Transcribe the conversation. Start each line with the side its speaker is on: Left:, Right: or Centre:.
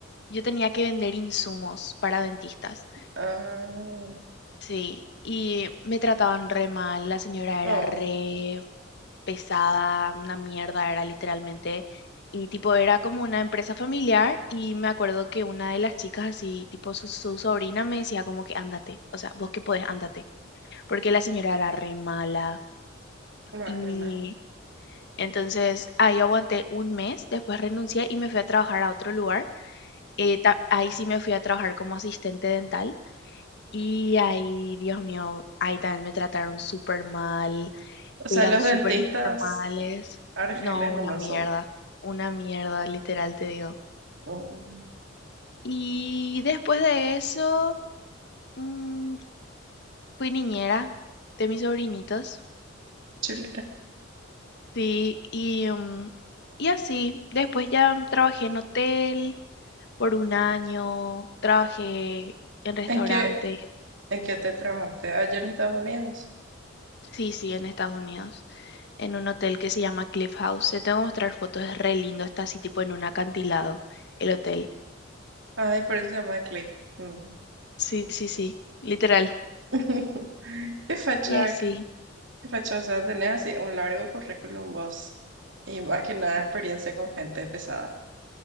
Left: yo tenía que vender insumos para dentistas,
Right: Ah,
Left: sí, y me trataban re mal, la señora era
Right: no,
Left: re pesada, una mierda era literalmente, y tipo era como una empresa familiar y me acuerdo que una de las chicas así, tipo su, su sobrina me decía como que ándate, o sea, vos que podés, ándate, porque la señora era re mala
Right: imagina.
Left: y... Entonces ahí aguanté un mes, después renuncié y me fui a trabajar a otro lugar Eh, ta- ahí sí me fui a trabajar como asistente dental y ahí, Dios mío, ahí también me trataron súper mal,
Right: O sea,
Left: eran
Right: los
Left: súper
Right: dentistas
Left: informales.
Right: argeles
Left: No,
Right: nomás
Left: una mierda,
Right: son
Left: una mierda, literal te digo.
Right: un
Left: Y después de eso, mm, fui niñera de mis sobrinitos,
Right: chilena.
Left: sí, y, mm, y así. Después ya trabajé en hotel por un año, trabajé en restaurantes.
Right: ¿En qué, en qué hotel trabajaste? Allá en Estados Unidos.
Left: Sí, sí, en Estados Unidos, en un hotel que se llama Cliff House. Te tengo que mostrar fotos, es re lindo, está así tipo en un acantilado el hotel.
Right: Ay, por eso se llama Cliff. Mm.
Left: Sí, sí, sí, literal.
Right: <laughs> Qué facha,
Left: Y así,
Right: qué, qué facha. O sea, tenés así un largo currículum vos. Y más que nada experiencia con gente pesada.